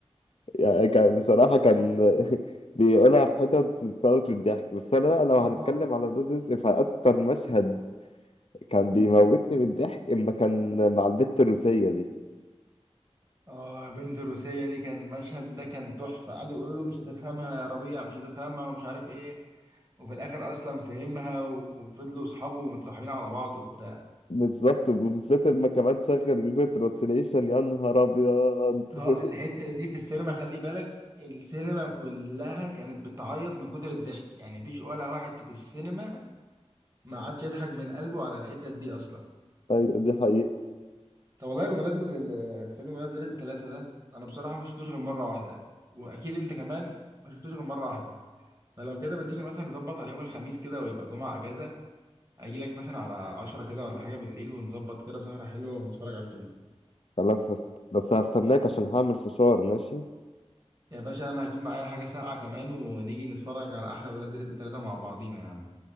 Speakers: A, on the left; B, on the right.
A: يعني كان بصراحه كان <laughs> بيقولها في حتت بتموت من الضحك بس انا بقى لو هنتكلم
B: اه
A: على ولاد رزق فاكتر مشهد كان بيموتني من الضحك اما كان مع البت الروسيه دي
B: آه، بنت الروسية دي كان المشهد ده كان تحفة قعدوا يقولوا له مش هتفهمها يا ربيع مش هتفهمها ومش عارف ايه وفي الاخر اصلا فهمها و- وفضلوا صحابه متصاحبين على بعض وبتاع
A: بالظبط وبالذات اما كمان شغل جوجل ترانسليشن يا نهار ابيض
B: اه
A: <laughs>
B: الحتة دي في السينما خلي بالك السينما كلها كانت بتعيط من كتر الضحك يعني مفيش ولا واحد في السينما ما عادش يضحك من قلبه على الحتة دي اصلا
A: ايوه دي حقيقه
B: طب والله بمناسبة ال- فيلم ولاد رزق ثلاثة ده أنا بصراحة ما شفتوش غير مرة واحدة وأكيد أنت كمان ما شفتوش غير مرة واحدة فلو كده ما تيجي مثلا نظبط على يوم الخميس كده ويبقى الجمعة أجازة أجي لك مثلا على عشرة كده ولا حاجة بالليل ونظبط كده سهرة حلوة ونتفرج على الفيلم
A: خلاص هست... بس هستناك عشان هعمل فشار ماشي
B: يا باشا أنا هجيب معايا حاجة ساقعة كمان ونيجي نتفرج على أحلى ولاد رزق ثلاثة مع بعضينا يا عم